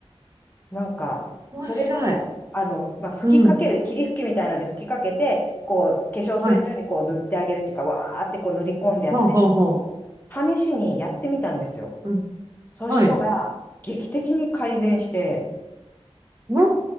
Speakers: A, on the left; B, on the right.
A: なんか、
B: 面白い。
A: それを、あの、まあ、吹きかける、
B: うん。
A: 霧吹きみたいなので吹きかけて、こう、化粧水のようにこう塗ってあげるっていうか、
B: はい。
A: わーってこう塗り込んでやって、
B: ほうほうほ
A: 試しにやってみたんですよ。
B: う。うん。
A: そしたら、
B: はい。
A: 劇的に改善して、
B: おー、